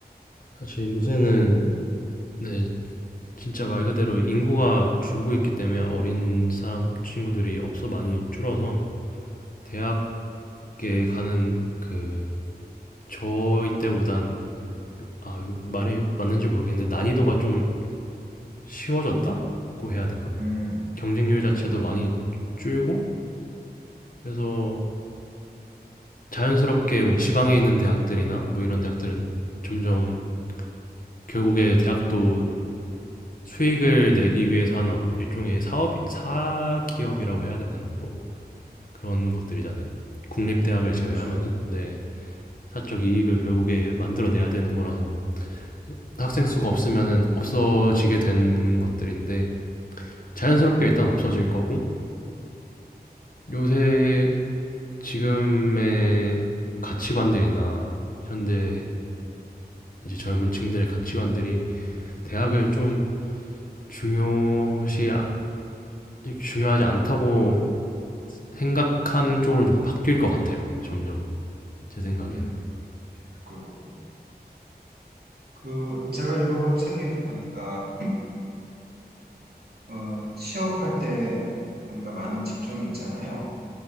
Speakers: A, on the left; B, on the right.
A: 사실 요새는
B: 그렇군요.
A: 네, 진짜 말 그대로 인구가 줄고 있기 때문에 어린 사람 친구들이 없어 많이 줄어서 대학에 가는 그 저희 때보단 아, 말이 맞는지 모르겠는데 난이도가 좀 쉬워졌다고 해야 되나?
B: 음,
A: 경쟁률
B: 그렇군요.
A: 자체도 많이 줄고 그래서 자연스럽게 뭐 지방에 있는 대학들이나 뭐 이런 대학들은 점점 결국에 대학도 수익을 내기 위해서 하는 어- 일종의 사업 사기업이라고 해야 되나요? 뭐 그런 것들이잖아요. 국립대학을 제외하면은
B: 그렇죠.
A: 네 사적 이익을 결국에 만들어내야 되는 거라서 학생 수가 없으면은 없어지게 된 것들인데 자연스럽게 일단 없어질 거고 요새 지금의 가치관들이나 현대 이제 젊은 층들의 가치관들이 대학을 좀 중요시 아- 중요하지 않다고 생각하는 쪽으로 좀 바뀔 것 같아요. 점점 제 생각엔
B: 음, 그렇군요. 그 제가 읽어본 책에 보니까 어, 취업할 때 우리가 많은 직종이 있잖아요.